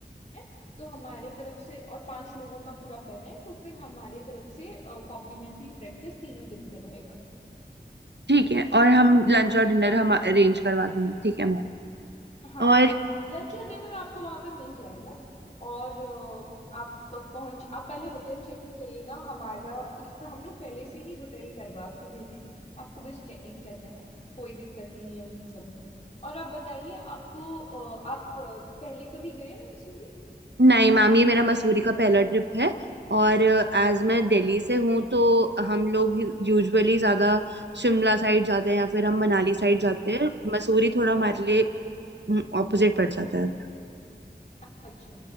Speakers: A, on the left; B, on the right.
A: रहे हैं तो हमारे तरफ से और पांच लोगों का पूरा कर रहे हैं तो फिर हमारे तरफ से कॉम्प्लीमेंट्री ब्रेकफास्ट तीनों दिन पे रहेगा
B: ठीक है और हम लंच और डिनर हम अरेंज
A: ठीक है
B: करवा देंगे ठीक है मैम
A: हाँ
B: और
A: हाँ लंच और डिनर आपको वहां पे मिल जाएगा और अ, आप पहुंच आप पहले होटल चेक इन करिएगा हमारा पर हम लोग पहले से ही होटल करवा के भेजेंगे आपको बस चेक इन करना है कोई दिक्कत नहीं है उन सब में और आप बताइए आपको अ, आप अ, पहले कभी गए हैं मसूरी
B: नहीं मैम ये मेरा मसूरी का पहला ट्रिप है और एज
A: ठीक
B: मैं
A: है
B: दिल्ली से हूँ तो हम लोग
A: हम्म,
B: यूजुअली ज्यादा शिमला साइड जाते हैं या फिर हम मनाली साइड जाते
A: हाँ
B: हैं
A: हाँ
B: मसूरी थोड़ा
A: हाँ
B: हमारे
A: हाँ
B: लिए ऑपोजिट पड़ जाता है
A: अच्छा